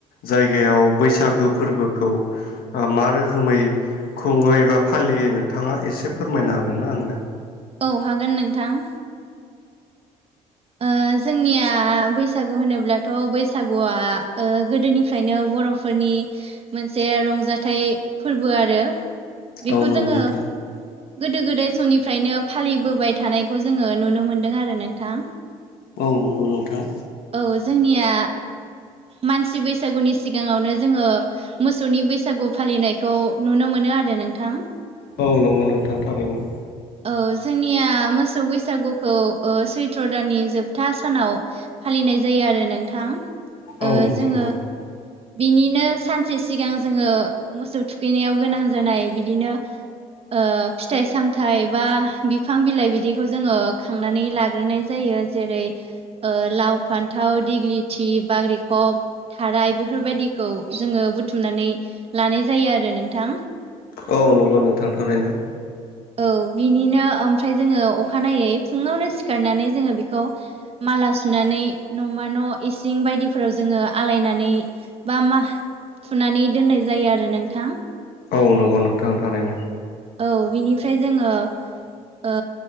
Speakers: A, on the left; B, on the right.
A: जायगायाव बैसागु फोरबोखौ मा रोखोमै खुङो एबा फालियो नोंथाङा एसे फोरमायनो हागोन ना आंनो?
B: औ हागोन नोंथां। ओ जोंनिया बैसागु होनोब्लाथ' बैसागुआ ओ गोदोनिफ्रायनो बर' फोरनि मोनसे रंजाथाइ फोरबो आरो। बेखौ
A: औ नंगौ
B: जोङो
A: नोंथां
B: गोदो गोदाय समनिफ्रायनो फालिबोबाय थानायखौ जोङो नुनो मोनदों आरो नोंथां।
A: औ नंगौ नोंथां
B: औ जोंनिया मानसि बैसागुनि सिगाङावनो जोङो मोसौनि बैसागु फालिनायखौ नुनो मोनो आरो नोंथां।
A: औ नंगौ नोंथां थारैनो।
B: औ जोंनिया मोसौ बैसागुखौ सैत्र' दाननि जोबथा सानाव फालिनाय जायो आरो नोंथां। ओ
A: औ
B: जोङो
A: नंगौ।
B: बिनिनो सानसे सिगां जोङो मोसौ थुखैनायाव गोनां जानाय बिदिनो ओ फिथाइ सामथाइ बा बिफां बिलाइ बिदिखौ जोङो खांनानै लाग्रोनाय जायो। जेरै ओ लाव फान्थाव दिग्लिथि बाग्रिखब थाराय बेफोरबायाददिखौ जोङो बुथुमनानै लानाय जायो आरो नोंथां।
A: औ नंगौ नोंथां थारैनो।
B: औ बिनिनो ओमफ्राय जोङो अखानायै फुङावनो सिखारनानै जोङो खौ माला सुनानै न'मा न' इसिं बायदिफोराव जोङो आलायनानै बा मा थुनानै दोननाय जायो आरो नोंथां।
A: औ नंगौ नोंथां थारैनो।
B: औ बिनिफ्राय जोङो ओ